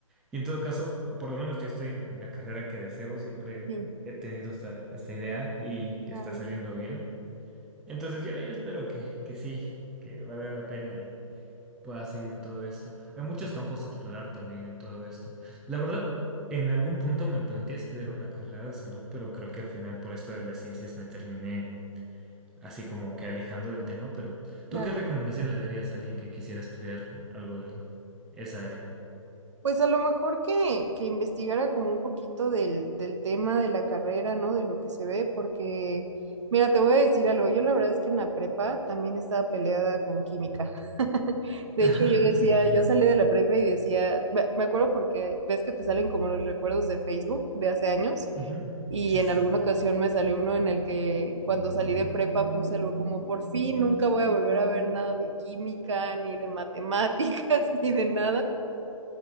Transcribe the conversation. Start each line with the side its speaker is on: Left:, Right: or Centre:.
Centre: Y en todo caso, por lo menos yo estoy en la carrera que deseo, siempre
Right: Sí.
Centre: he tenido esta, esta idea y
Right: Claro,
Centre: está saliendo bien. Entonces yo, yo espero que, que sí, que valga la pena y pueda seguir en todo esto. Hay muchos campos a explorar también en todo esto. La verdad, en algún punto me planteé estudiar una carrera de salud, pero creo que al final por esto de las ciencias me terminé así como que alejando del tema. Pero
Right: claro.
Centre: ¿tú qué recomendación le darías a alguien que quisiera estudiar algo de esa área?
Right: Pues a lo mejor que, que investigara como un poquito del, del tema de la carrera, ¿no? De lo que se ve, porque, mira, te voy a decir algo, yo la verdad es que en la prepa también estaba peleada con química. <laughs> De hecho,
Centre: <laughs>
Right: yo
Centre: Sí.
Right: decía, yo salí de la prepa y decía, me me acuerdo porque ves que te salen como los recuerdos de Facebook de hace años,
Centre: Ujú.
Right: y
Centre: Sí,
Right: en
Centre: sí.
Right: alguna ocasión me salió uno en el que cuando salí de prepa puse algo como, por fin, nunca voy a volver a ver nada de química, ni de matemáticas, <laughs> ni de nada.